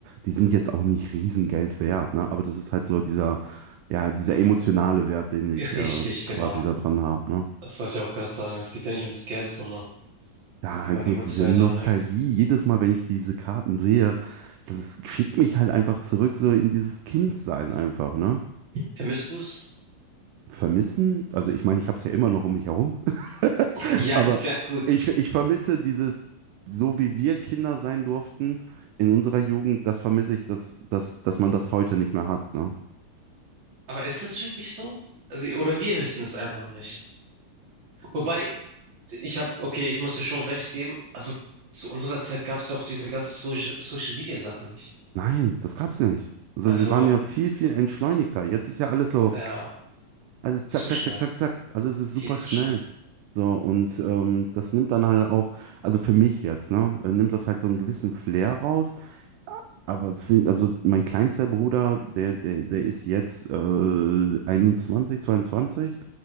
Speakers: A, on the right (about 80°); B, on the right (about 50°).
A: die sind jetzt auch nicht Riesengeld wert, ne? Aber das ist halt so dieser, ja, dieser emotionale Wert, den ich
B: Richtig,
A: äh,
B: genau.
A: quasi da dran habe, ne?
B: Das wollte ich auch gerade sagen. Es geht ja nicht ums Geld, sondern
A: Ja,
B: wie
A: halt
B: man
A: so
B: emotional
A: diese Nostalgie,
B: dran hängt.
A: jedes Mal, wenn ich diese Karten sehe, das schickt mich halt einfach zurück, so in dieses Kindsein einfach, ne?
B: Vermisst du es?
A: Vermissen, also ich meine, ich habe es ja immer noch um mich herum, <laughs>
B: Ja,
A: aber
B: klar, gut.
A: ich, ich vermisse dieses, so wie wir Kinder sein durften in unserer Jugend, das vermisse ich, dass, dass, dass man das heute nicht mehr hat, ne?
B: Aber ist es wirklich so? Also, oder wir wissen es einfach nicht. Wobei, ich habe, okay, ich muss dir schon recht geben. Also zu unserer Zeit gab es ja auch diese ganze so Social Media Sache nicht.
A: Nein, das gab's nicht. Also
B: Also,
A: wir waren ja viel, viel entschleunigter. Jetzt ist ja alles so,
B: ja,
A: alles
B: zu
A: zack, zack,
B: schnell,
A: zack, zack, zack, alles ist
B: viel
A: super
B: zu
A: schnell.
B: schnell.
A: So, und ähm, das nimmt dann halt auch, also für mich jetzt, ne, äh, nimmt das halt so einen gewissen Flair raus. Aber fi- also mein kleinster Bruder, der, der, der ist jetzt äh, 21, 22